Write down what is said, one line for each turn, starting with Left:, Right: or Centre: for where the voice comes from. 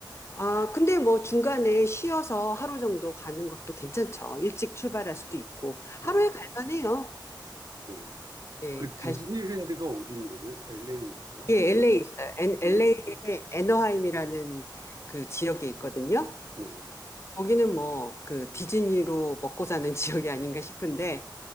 Left: 아, 근데 뭐 중간에 쉬어서 하루 정도 가는 것도 괜찮죠. 일찍 출발할 수도 있고.
Right: 아,
Left: 하루에 갈만해요.
Right: 네.
Left: 예,
Right: 그
Left: 갈,
Right: 디즈니랜드가
Left: 수-
Right: 어디 있는 거죠? LA인가요? 아니면
Left: 예, LA 있어요. LA에
Right: 엘에이?
Left: 애너하임이라는 그 지역이 있거든요.
Right: 네,
Left: 거기는 뭐 그 디즈니로 먹고 사는 <laughs> 지역이 아닌가 싶은데